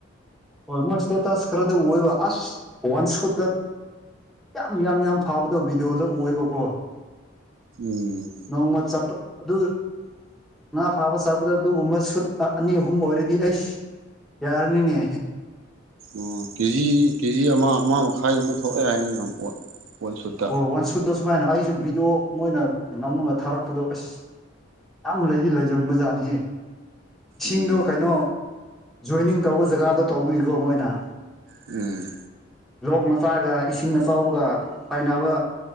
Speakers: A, in the centre; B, on the right.
A: ꯍꯣꯏ ꯃꯣꯏ ꯏꯁꯇꯦꯇꯁ ꯈꯔꯗꯥ ꯎꯋꯦꯕ ꯑꯁ ꯋꯥꯟ ꯁꯨꯠ ꯗꯠ ꯌꯥꯝ ꯌꯥꯝ ꯌꯥꯝ ꯐꯕꯗꯣ ꯚꯤꯗꯤꯑꯣꯗ ꯎꯋꯦꯕꯀꯣ
B: ꯎꯝ
A: ꯅꯣꯡꯃ ꯆꯞꯄ ꯑꯗꯨ ꯉꯥ ꯐꯥꯕ ꯆꯥꯕꯗ ꯑꯗꯨꯒꯨꯝꯕ ꯁꯨꯠ ꯑꯅꯤ ꯑꯍꯨꯝ ꯑꯣꯏꯔꯗꯤ ꯑꯩꯁ ꯌꯥꯔꯅꯤꯅꯦ
B: ꯑꯣ ꯀꯦꯖꯤ ꯀꯦꯖꯤ ꯑꯃ ꯑꯃ ꯃꯈꯥꯏꯒꯨꯝꯕ ꯊꯣꯛꯑꯦ ꯍꯥꯏꯅꯦ <unintelligible> ꯋꯥꯟ ꯁꯨꯠ
A: ꯍꯣꯏ ꯋꯥꯟ ꯁꯨꯠꯇꯥ ꯁꯨꯃꯥꯏꯅ ꯑꯩꯁꯨ ꯚꯤꯗꯤꯑꯣ ꯃꯣꯏꯅ ꯅꯝꯃꯒ ꯊꯥꯔꯛꯄꯗꯣ ꯑꯁ ꯌꯥꯝ ꯂꯩꯗꯤ ꯂꯩꯖꯝꯕ ꯖꯥꯠꯅꯤꯍꯦ ꯏꯁꯤꯡꯗꯣ
B: ꯎꯝ
A: ꯀꯩꯅꯣ ꯖꯣꯏꯅꯤꯡ ꯇꯧꯕ ꯖꯒꯥꯗꯣ ꯇꯧꯕꯤꯒꯤꯀꯣ ꯃꯣꯏꯅ
B: ꯎꯝ
A: ꯂꯣꯛ ꯃꯆꯥꯒ ꯏꯁꯤꯡ ꯑꯆꯥꯎꯕꯒ ꯄꯥꯏꯅꯕ